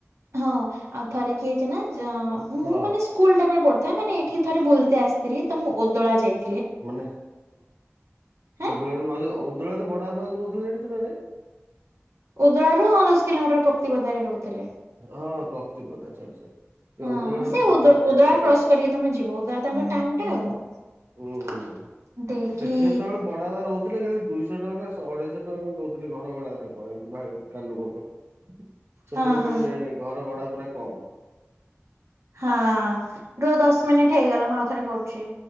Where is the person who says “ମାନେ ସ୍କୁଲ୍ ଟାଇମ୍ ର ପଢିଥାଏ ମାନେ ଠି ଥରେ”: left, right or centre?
Right